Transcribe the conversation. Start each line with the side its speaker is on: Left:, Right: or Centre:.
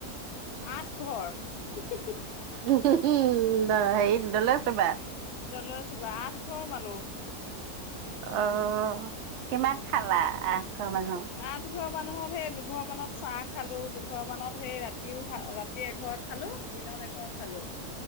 Left: আঠ ঘৰ।
Right: হু! হু! হু! হেৰিত দলৈছুবাত।
Left: দলৈছুবা, আঠ ঘৰ মানুহ।
Right: অ, কিমান খালা? আঠ ঘৰ মানু্হ।
Left: আঠ ঘৰ মানুহত সেই দুঘৰ মানত চাহ খালো। দুঘৰ মানত সেই ৰাতিও ৰাতি এঘৰত খালো। দিনত এঘৰত খালো।